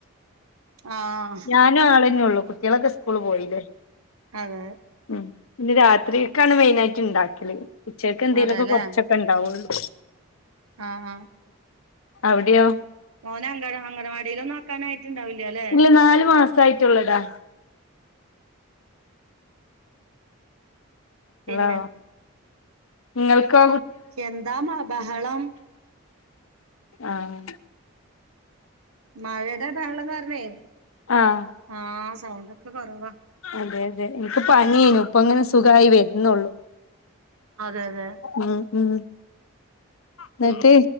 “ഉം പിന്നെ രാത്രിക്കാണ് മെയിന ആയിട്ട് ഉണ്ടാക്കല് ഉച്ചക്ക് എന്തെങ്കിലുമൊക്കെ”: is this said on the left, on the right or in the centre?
Left